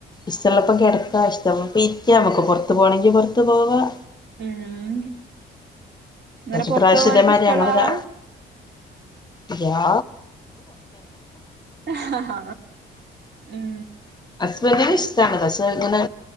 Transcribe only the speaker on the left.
ഇഷ്ടള്ളപ്പ കിടക്കാ ഇഷ്ടള്ളപ്പ ഇരിക്കാം നമുക്ക് പൊറത്ത് പോകണമെങ്കി പൊറത്ത് പോവാം
ഒരേ
പ്രാവശ്യം
ഇതേമാതിരി
ഞങ്ങള്
ഇതാ രാ
ഹസ്ബെന്റിന് ഇഷ്ടമാണ് പക്ഷെ ഇങ്ങനെ